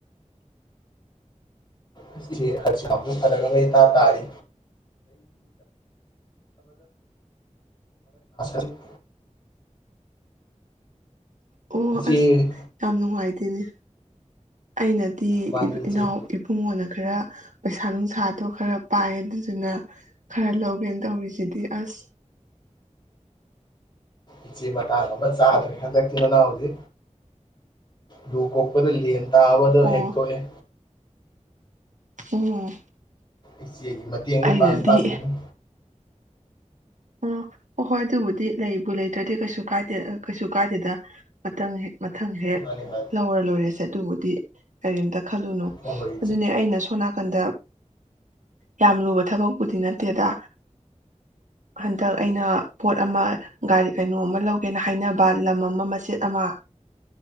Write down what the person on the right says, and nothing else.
ꯑꯣ
ꯑꯁ ꯌꯥꯝ ꯅꯨꯡꯉꯥꯏꯇꯦꯅꯦ꯫ ꯑꯩꯅꯗꯤ
ꯏꯅꯥꯎ ꯏꯕꯨꯡꯉꯣ ꯅ ꯈꯔ ꯄꯩꯁꯥ ꯅꯨꯡꯁꯥꯗꯣ ꯈꯔ ꯄꯥꯏ ꯑꯗꯨꯗꯨꯅ ꯈꯔ ꯂꯧꯒꯦꯅ ꯇꯧꯔꯤꯁꯤꯗꯤ ꯑꯁ!
ꯑꯣ
ꯎꯝ꯫
ꯑꯩꯅꯗꯤ
ꯑꯣ ꯍ ꯍꯣꯏ ꯑꯗꯨꯕꯨꯗꯤ ꯂꯩꯕꯨ ꯂꯩꯇ꯭ꯔꯗꯤ ꯀꯩꯁꯨ ꯀꯥꯏꯗꯦ ꯀꯩꯁꯨ ꯀꯥꯏꯗꯦꯗ ꯃꯪ ꯍꯦꯛ ꯊꯥꯪ ꯍꯦꯛ
ꯂꯧꯔ ꯂꯣꯏꯔꯦ ꯁꯦ ꯗꯨꯕꯨꯗꯤ ꯀꯔꯤꯝꯇꯥ ꯈꯜꯂꯨꯅꯨ
ꯑꯗꯨꯅꯦ ꯑꯩꯅ ꯁ ꯁꯣꯝ ꯅꯥꯀꯟꯗ ꯌꯥꯝ ꯂꯨꯕ ꯊꯕꯛꯄꯨꯗꯤ ꯅꯠꯇꯦꯗ ꯍꯟꯗꯛ ꯑꯩꯅ ꯄꯣꯠ ꯑꯃ ꯒꯥꯔꯤ ꯀꯩꯅꯣ ꯑꯃ ꯂꯧꯒꯦꯅ ꯍꯥꯏꯅꯕ ꯂꯝ ꯑꯃ ꯃꯆꯦꯠ ꯑꯃ